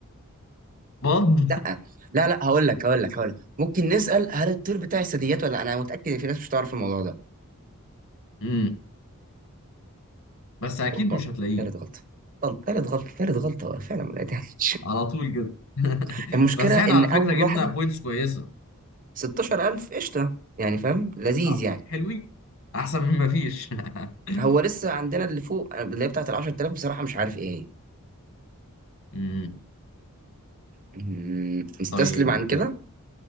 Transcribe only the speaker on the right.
لا لا لا هقول لك هقول لك هقول لك ممكن نسأل هل الطير بتاعي ثدييات ولا لأ؟ انا متأكد ان في ناس مش هتعرف الموضوع ده
اوبا
تالت غلطة طب تالت غلطة تالت غلطة فعلا ما لقيتهاش
<laughs> المشكلة
ان
اول
واحدة
16000 قشطة يعني فاهم لذيذ
يعني
هو لسه عندنا اللي فوق اللي هي بتاعت ال 10000 بصراحة مش عارف ايه هي
مم، نستسلم
عن كده